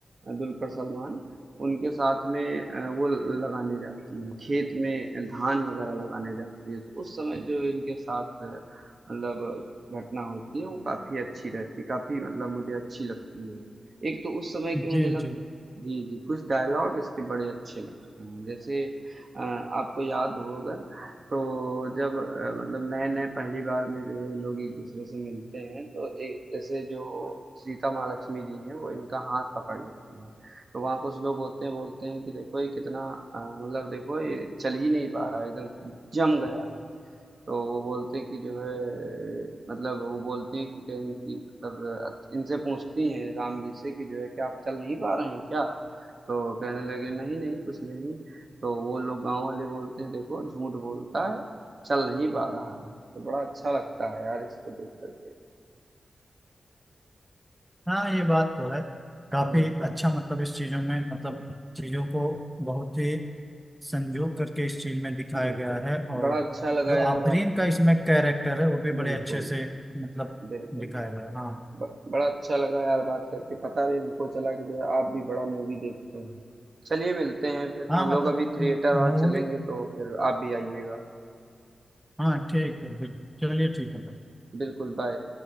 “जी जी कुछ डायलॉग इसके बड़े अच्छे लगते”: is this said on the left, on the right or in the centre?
Right